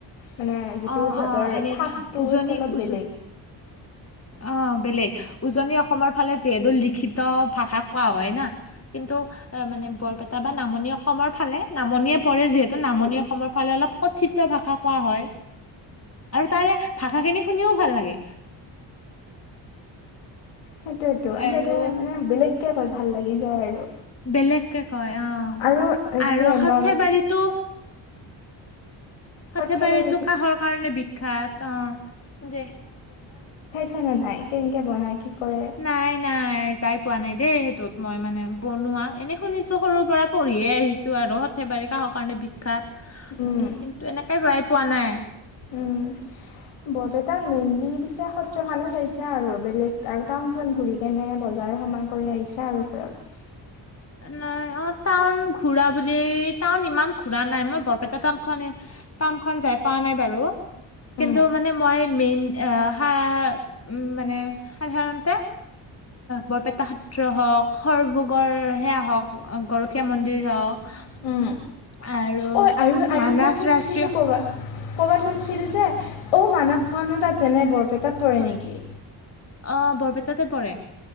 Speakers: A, on the left; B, on the left.
A: মানে যিটো
B: অ
A: সিহঁতৰ
B: অ এনে
A: ঠাঁচটো
B: উজনি
A: সেইটো অলপ
B: উজু
A: বেলেগ।
B: অ বেলেগ উজনি অসমৰ ফালে যিহেতু লিখিত ভাষা কোৱা হয় না। কিন্তু মানে বৰপেটা বা নামনি অসমৰ ফালে নামনিয়ে পৰে যিহেতু নামনি অসমৰ ফালে অলপ কথিত ভাষা কোৱাঁ হয়। আৰু তাৰে ভাষাখিনি শুনিও ভাল লাগে।
A: সেইটোয়েতো
B: আৰু
A: সেইটোয়ে মানে বেলেগকে কয়। ভাল লাগি যায় আৰু
B: বেলেগকে কয় অ
A: আৰু এতিয়া
B: আৰু সথেবাৰীটো
A: নল সৰ্থেবাৰী
B: সথেবাৰীতো কাঁহৰ কাৰণে বিখ্যাত অ যে
A: নে নাই কেনেকে বনাই কি কৰে
B: নাই নাই যাই পোৱা নাই দেই সেইটোত মই মানে বনোৱা এনেই শুনিছোঁ সৰুৰ পৰা পঢ়িয়ে আহিছোঁ আৰু সৰ্থেবাৰী কাঁহৰ কাৰণে বিখ্যাত
A: উম
B: বুলি কিন্তু এনেকে যাই পোৱা নাই
A: উম বৰপেটাত মেইনলি পিছে সত্ৰ খনে চাইছা আৰু বেলেগ আৰু টাউন চাউন ঘুৰি কেনে বজাৰ সমাৰ কৰি আহিছে আৰু ঘৰত
B: নাই অ টাউন ঘুৰা বুলি টাউন ইমান ঘুৰা নাই মই বৰপেটা টাউনখন এ টাউনখন যায় পোৱা নাই বাৰু, কিন্তু
A: উম
B: মানে মই মেইন আ, সা-মানে সাধাৰণতে বৰপেটা সত্ৰ হওঁক, সৰভোগৰ সেয়া হওঁক, গৰখীয়া মন্দিৰ হওঁক।
A: উম
B: আৰু
A: ঐ আৰু আৰু
B: মানাছ
A: মই শুনিছিলোঁ
B: ৰাষ্ট্ৰীয়
A: ক'ৰবাত কৰ'বাত শুনিছিলোঁ যে, অউ, মানসখনো তাতেনে বৰপেটাত পৰে নেকি?
B: অ', বৰপেটাতে পৰে।